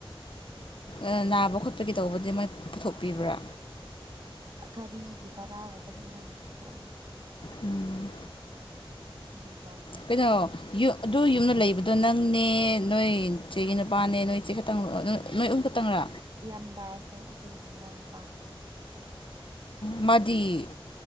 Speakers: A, on the left (about 60°); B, on the right (about 50°).
A: ꯑꯥ ꯅꯥꯕ ꯈꯣꯠꯄꯒꯤ ꯇꯧꯕꯗꯤ ꯃꯣꯏ ꯄꯨꯊꯣꯛꯄꯤꯕ꯭ꯔꯥ
B: ꯒꯥꯔꯤꯒꯤ ꯕꯔꯥꯒꯨꯝꯕꯗꯤ ꯃꯣꯏꯅ ꯄꯨꯊꯣꯛꯑꯦ
A: ꯎꯝ
B: ꯑꯗꯨ
A: ꯀꯩꯅꯣ ꯑꯗꯨ ꯌꯨꯝꯗ ꯂꯩꯕꯗꯣ ꯅꯪꯅꯦ ꯅꯣꯏ ꯏꯆꯦꯒꯤ ꯅꯨꯄꯥꯅꯦ ꯅꯣꯏ ꯏꯆꯦ ꯇꯪ ꯅꯣꯏ ꯑꯍꯨꯝ ꯈꯛꯇꯪꯔꯥ
B: ꯏꯌꯥꯝꯕꯥꯁꯨ ꯏꯆꯦꯒꯤ ꯃꯅꯥꯎꯅꯨꯄꯥ
A: ꯃꯥꯗꯤ